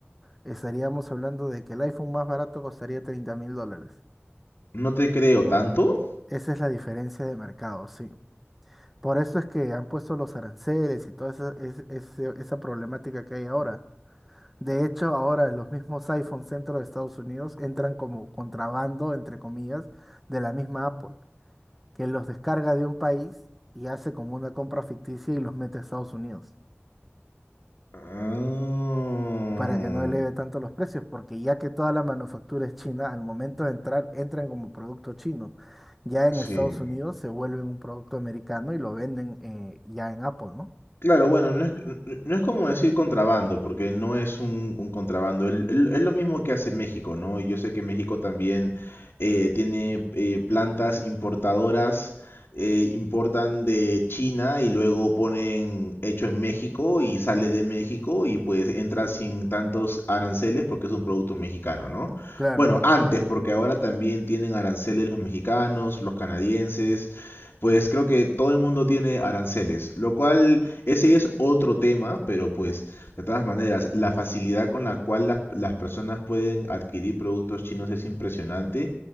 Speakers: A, in the centre; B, on the left.
A: estaríamos hablando de que el iPhone más barato costaría 30 mil dólares.
B: No te creo tanto.
A: Esa es la diferencia de mercado, sí. Por eso es que han puesto los aranceles y toda esa, es- ese- esa problemática que hay ahora. De hecho, ahora los mismos iPhones dentro de Estados Unidos entran como contrabando, entre comillas, de la misma Apple. que los descarga de un país y hace como una compra ficticia y los mete a Estados Unidos
B: Ah,
A: para que no eleve tanto los precios, porque ya que toda la manufactura es china, al momento de entrar, entran como producto chino. Ya en
B: sí.
A: Estados Unidos se vuelven un producto americano y lo venden eh, ya en Apple, ¿no?
B: Claro, bueno, no es, n- no es como decir contrabando, porque no es un, un contrabando. el- el- Es, lo mismo que hace México, ¿no? Yo sé que México también eh, tiene eh, plantas importadoras, eh, importan de China y luego ponen hecho en México y sale de México y pues entra sin tantos aranceles porque es un producto mexicano, ¿no?
A: Claro,
B: Bueno, antes, porque ahora también tienen aranceles los mexicanos, los canadienses. Pues creo que todo el mundo tiene aranceles, lo cual ese es otro tema, pero pues de todas maneras, la facilidad con la cual las, las personas pueden adquirir productos chinos es impresionante